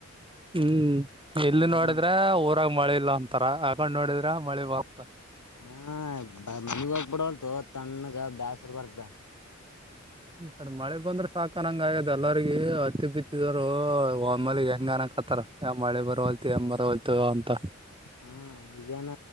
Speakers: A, on the right (about 15°); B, on the left (about 85°).
A: ಹ್ಮ್. ಎಲ್ಲಿ
B: ಹಾ
A: ನೋಡಿದ್ರೆ ಊರಾಗ ಮಳಿ ಇಲ್ಲ ಅಂತಾರ. <unintelligible>
B: ಹಾ ಬಂದಿದ್ದ ಬಿಡಾವಲ್ತ್ತೋ ತಣ್ಣಗ ಬ್ಯಾಸರ ಬರ್ತದ.
A: ಈ ಕಡೆ ಮಳೆ ಬಂದ್ರೆ ಸಾಕನಂಗ ಆಗ್ಯದ ಎಲ್ಲರಿಗ ಹತ್ತಿ ಬಿತ್ತಿದರು ಒಮ್ಮೇಗ್ ಹೆಂಗ ಅನಕ್ತ್ತಾರ ಯಾವ ಮಳೆ ಬರ್ವಾತ್ಲ. ಏನ್ ಬರವಲ್ತ ಅಂತ.
B: ಹ್ಮ್ ಈಗೇನ